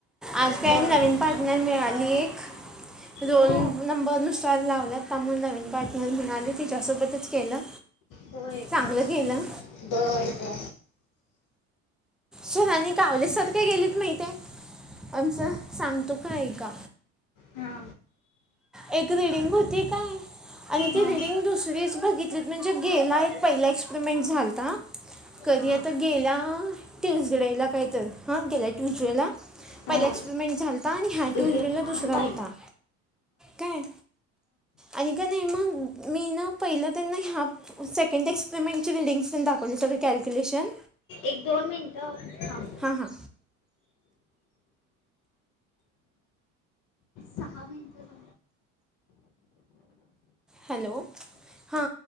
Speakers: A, in the centre; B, on the left.
A: आज काय
B: हो
A: नवीन पार्टनर मिळाली एक रोल
B: हो
A: नंबर नुस लावला ता नवीन मग म्हणाली तिच्यासोबतच केलं
B: होय
A: चांगलं
B: का
A: केलं
B: बर का
A: सरांनी <unintelligible> आमचं सांगतो का ऐका
B: हा
A: एक रीडिंग होती काय आणि
B: हा
A: ती रिडिंग दुसरीच बघितली म्हणजे गेला एक पहिला एक्सपरिमेंट झालता कधी
B: हां
A: आता गेला ट्युजडेला काय तर हा गेला ट्यूजडे ला
B: हां
A: पहिला एक्सपेरिमेंट झालता आणि ह्या
B: दीदी
A: ट्यूसडेला
B: थांब
A: दुसरा
B: बाई
A: होता काय आणि का नाही मग मी ना पहिलं त्यांना ह्या सेकंड एक्सपरिमेंट ची रीडिंगस पण दाखवली सगळी कॅलक्युलेशन
B: एक दोन मिनटं थांब
A: हा हा
B: <inaudible> सहा मिनटं
A: हॅलो हां